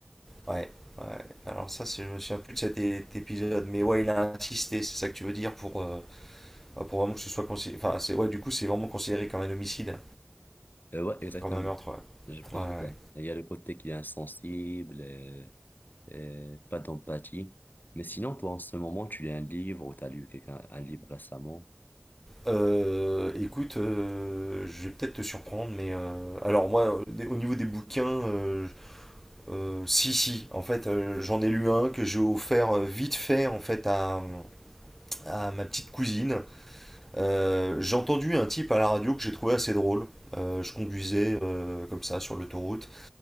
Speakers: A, in the centre; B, on the left.
A: ouais, ouais. Alors ça, c'est- je me souviens plus de cet é- épisode, mais ouais, il a insisté, c'est ça que tu veux dire, pour, euh, pour vraiment que ce soit considéré... Enfin, c'est, ouais, du coup, c'est vraiment considéré comme un homicide,
B: Euh, ouais, exactement.
A: comme un meurtre, ouais.
B: Je pense
A: Ouais, ouais.
B: à ça. Et Il y a le côté qu'il est insensible. euh, euh, pas d'empathie. Mais sinon, toi, en ce moment, tu lis un livre ou t'as lu quelqu'un, un livre récemment?
A: Euh, écoute, euh, je vais peut-être te surprendre, mais euh, alors moi, au niveau des bouquins, euh, Euh, si, si, en fait, euh, j'en ai lu un que j'ai offert euh, vite fait en fait à, à ma petite cousine. Euh, j'ai entendu un type à la radio que j'ai trouvé assez drôle. Euh, je conduisais euh, comme ça sur l'autoroute